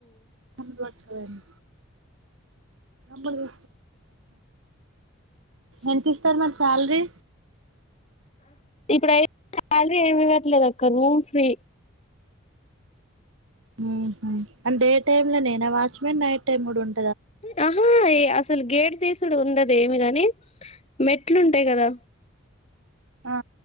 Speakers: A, on the right (about 70°); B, on the left (about 30°).
A: మ్మ్ అంబడు ఎంత ఇస్తారు మరి శాలరీ
B: ఇప్పుడుయి శాలరీ ఏమి ఇవ్వట్లేదు. అక్క రూమ్ ఫ్రీ
A: ఉంహు అం డే టైమ్ లో నేనా వాచ్ మెన్ నైట్ టైమ్ కూడా ఉం
B: ఆహా ఏ అసలు గేట్ తీస్ డు ఉండదు ఏమి కాని మెట్లు ఉంటాయి కదా
A: ఆ